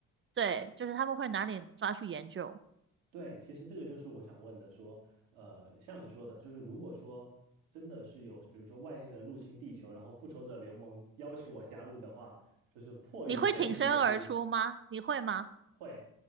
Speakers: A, on the right; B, on the right.
A: 对，就是他们会拿你抓去研究。
B: 对，其实这个就是我想问的，说，呃，像你说的，就是如果说真的是有，比如说外星人入侵地球，然后复仇者联盟邀请我加入的话，就是迫于现实压力，
A: 你会挺身而出吗？你会吗？
B: 会，